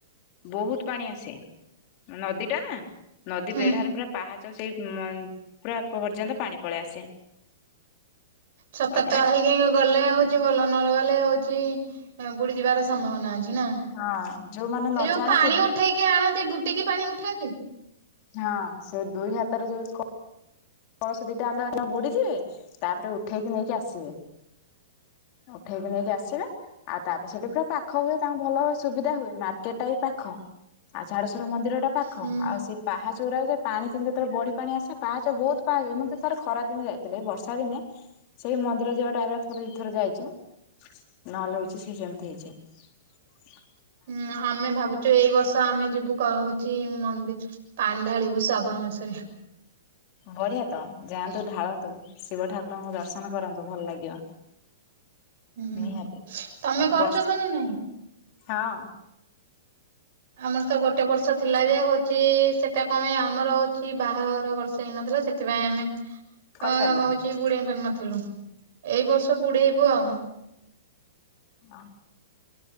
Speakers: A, on the left (about 45°); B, on the right (about 60°).
A: ବହୁତ ପାଣି ଆସେ, ନଦୀଟା ନା। ନଦୀ
B: ହୁଁ
A: ବେଢାରେ ପୁରା ପାହାଚ ସେଇ ଉଁ ମନ୍ ପୁରା ପର୍ଯ୍ୟନ୍ତ ପାଣି ପଳେଇ ଆସେ।
B: ସତେ
A: ତଥାପି
B: ତ ହେଇ କିଏ କି ଗଲେ ହଉଛି ଭଲ, ନ ଗଲେ ହଉଛି ବୁଡି ଯିବାର ସମ୍ଭାବନା ଅଛି ନା?
A: ହଁ ଯୋଉମାନେ ନ
B: ଏ ଯୋଉ
A: ଜାଣିଥିବେ
B: ପାଣି ଉଠେଇକି ଆଣନ୍ତି, ବୁଡିକି ପାଣି ଉଠାନ୍ତି?
A: ହଁ ସେ ଦୁଇ ହାତରେ ଯୋଉ ସ୍କୋ କଳସ ଦିଟା ଆନ୍ଦ ଆନ ବୁଡ଼ିଯିବେ, ତାପରେ ଉଠେଇକି ନେଇକି ଆସିବେ। ଉଠେଇକି ନେଇକି ଆସିବେ ଆଉ ତାପରେ ସେଠି ପୁରା ପାଖ ହୁଏ ତାଙ୍କୁ ଭଲ ସୁବିଧା ହୁଏ, ମାର୍କେଟ ଟା ବି ପାଖ ଆଉ ଝାଡେଶ୍ଵର ମନ୍ଦିରଟା ପାଖ,
B: ହୁଁ
A: ଆଉ ସେ ପାହାଚଉରା ଯେ ପାଣି କିନ୍ତୁ ଯେତେବେଳେ ବଢ଼ି ପାଣି ଆସେ ପାହାଚ ବହୁତ ପା ଏନୁ ସେ ତ ଥରେ ଖରା ଦିନି ଯାଇଥିଲେ, ଏ ବର୍ଷା ଦିନେ ସେଇ ମନ୍ଦିର ଯିବା ଟାଇମରେ, ଥରେ ଦି ଥର ଯାଇଚୁ ନହେଲେ ହଉଛି ସିଏ ସେମତି ହେଇଯାଏ।
B: ହୁଁ ଆମେ ଭାବୁଛୁ ଏଇ ବର୍ଷ ତ ଆମେ ଯିବୁ କହୁଚି ମନ୍ଦିର ପାଣି ଢାଳିବୁ ଶ୍ରାବଣ ମାସରେ।
A: ବଢିଆ ତ ଯାଆନ୍ତୁ, ଢାଳନ୍ତୁ, ଶିବ ଠାକୁରଙ୍କୁ ଦର୍ଶନ କରନ୍ତୁ, ଭଲ ଲାଗିବ।
B: ହୁଁ।
A: ନିହାତି।
B: ତମେ କରୁଚ
A: ବର୍ଷ
B: ତ ନା ନାଇଁ?
A: ହଁ।
B: ଆମର ତ ଗୋଟେ ବର୍ଷ ଥିଲା ଯେ, ହଉଛି ସେଟା କମ ପାଇଁ ଆମର ହଉଛି ଏଇ ବାହାଘର ବର୍ଷେ ହେଇନଥିଲା, ସେଥିପାଇଁ ଆମେ ଅ
A: କରିପାରିଲାନି
B: କହୁଛି ବୁଡେଇ ପାଣି ନଥିଲୁ। ଏଇ ବର୍ଷ ବୁଡେଇବୁ ଆଉଁ।
A: ହଁ।